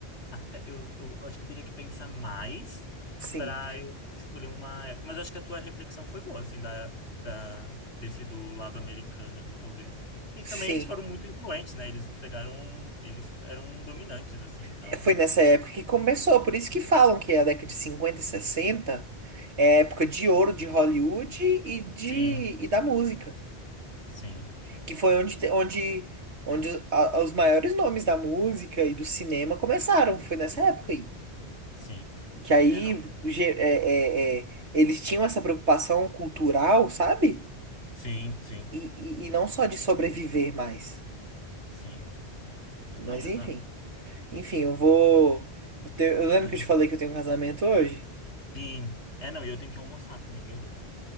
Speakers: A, on the left; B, on the right.
A: Até, eu, eu acho que eu teria que pensar mais
B: Sim.
A: para eu escolher uma época. Mas acho que a tua reflexão foi boa, assim, da, da, desse do lado americano ali, talvez. E também
B: Sim,
A: eles foram muito influentes, né? Eles pegaram, eles eram dominantes, assim, então.
B: é, foi nessa época que começou, por isso que falam que é a década de 50 e 60 é a época de ouro de Hollywood e, de,
A: Sim,
B: e da música,
A: sim,
B: que foi onde, te- onde, onde a- os maiores nomes da música e do cinema começaram, foi nessa época aí.
A: sim.
B: Que aí
A: É, não.
B: ge- é- é- é, eles tinham essa preocupação cultural, sabe?
A: Sim, sim,
B: E, e, e não só de sobreviver mais,
A: sim. Não,
B: mas enfim.
A: exato.
B: Enfim, eu vou... eu te- eu lembro
A: Ai,
B: que eu te falei que eu tenho um casamento hoje?
A: sim. É, não, e eu tenho que almoçar também, meu Deus.